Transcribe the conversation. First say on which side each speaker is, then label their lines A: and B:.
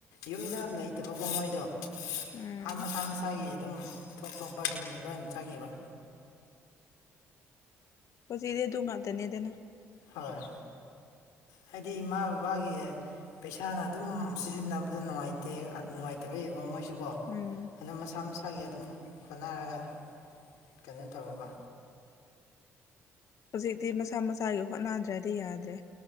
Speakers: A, on the left; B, on the left.
A: ꯌꯨꯝꯗ ꯂꯩꯇꯕꯀꯣ ꯃꯣꯏꯗꯣ
B: ꯎꯝ
A: ꯑꯥ ꯃꯁꯥ ꯃꯁꯥꯒꯤ ꯑꯗꯨꯝ ꯊꯣꯛ ꯊꯣꯛꯄ ꯑꯗꯨꯝ ꯂꯣꯏꯅ ꯆꯥꯈꯤꯕ
B: ꯍꯧ ꯁꯤꯗꯤ ꯇꯣꯡꯉ ꯇꯅꯦꯗꯅ
A: ꯍꯣꯏ ꯍꯥꯏꯗꯤ ꯏꯃꯥ ꯕꯕꯥꯒꯤ ꯄꯩꯁꯥꯅ ꯑꯗꯨꯝ ꯁꯤꯖꯤꯟꯅꯕꯗ ꯅꯨꯡꯉꯥꯏꯇꯦ ꯅꯨꯡꯉꯥꯏꯇꯕ ꯌꯥꯕꯣ ꯃꯣꯏꯁꯨꯀꯣ
B: ꯎꯝ
A: ꯑꯗꯨꯗꯣ ꯃꯁꯥ ꯃꯁꯥꯒꯤ ꯑꯗꯨꯝ ꯍꯣꯠꯅꯔꯒ ꯀꯩꯅꯣ ꯇꯧꯔꯕ
B: ꯍꯧꯖꯤꯛꯇꯤ ꯃꯁꯥ ꯃꯁꯥꯒꯤ ꯍꯣꯠꯅꯗ꯭ꯔꯗꯤ ꯌꯥꯗ꯭ꯔꯦ